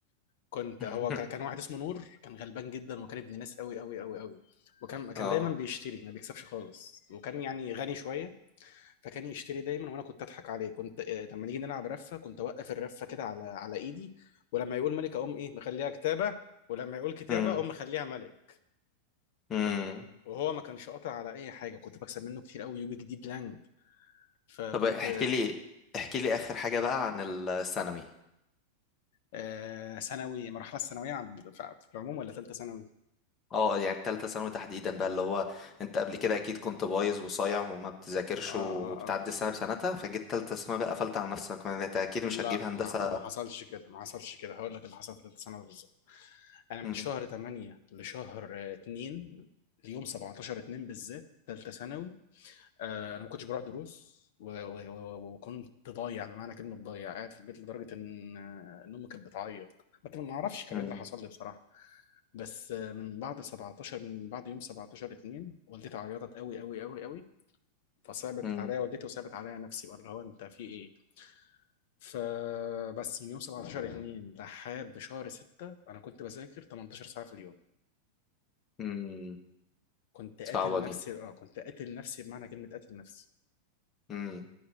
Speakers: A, on the left; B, on the left.
A: كنت
B: <laughs>
A: هو كان كان واحد اسمه نور كان غلبان جدا وكان ابن ناس قوي قوي قوي قوي وكان كان
B: اه
A: دايما بيشتري ما بيكسبش خالص وكان يعني غني شويه فكان يشتري دايما وانا كنت اضحك عليه كنت آه، لما نيجي نلعب رفه كنت اوقف الرفه كده على على ايدي ولما يقول ملك اقوم ايه مخليها كتابه ولما يقول كتابه
B: امم
A: اقوم مخليها ملك
B: امم
A: وهو ما كانش قاطع على اي حاجه كنت بكسب منه كتير قوي يوجي جديد لانج فكنت
B: طب احكي لي احكي لي اخر حاجة بقى عن الثانوي
A: آه ثانوي مرحله الثانويه عم- ف- في العموم ولا ثالثه ثانوي
B: اه يعني التالتة ثانوي تحديدا بقى اللي هو انت قبل كده اكيد كنت بايظ وصايع وما بتذاكرش
A: اه
B: وبتعدي
A: اه اه
B: السنة بسنتها فجيت تالتة ثانوي بقى قفلت على نفسك ما انت اكيد مش
A: لا
B: هتجيب هندسة
A: ما ما حصلش كده ما حصلش كده هقول لك اللي حصل في ثالثه ثانوي بالظبط انا من
B: امم
A: شهر 8 لشهر آه، 2 ليوم 17 2 بالذات ثالثه ثانوي آه، انا ما كنتش بروح دروس و- و- و- وكنت ضايع يعني بمعنى كلمه ضايع قاعد في البيت لدرجه ان آه، ان امي كانت بتعيط بس ما اعرفش كان
B: امم
A: ايه اللي حصل لي بصراحه بس آه، من بعد 17 من بعد يوم 17 2 والدتي عيطت قوي قوي قوي قوي فصعبت
B: امم
A: عليا والدتي وصعبت عليا نفسي بقى اللي هو انت في ايه فبس من يوم 17 2 لحد شهر 6 انا كنت بذاكر 18 ساعه في اليوم
B: امم
A: كنت قاتل
B: صعبة
A: نفسي
B: دي
A: اه كنت قاتل نفسي بمعنى كلمه قاتل نفسي
B: امم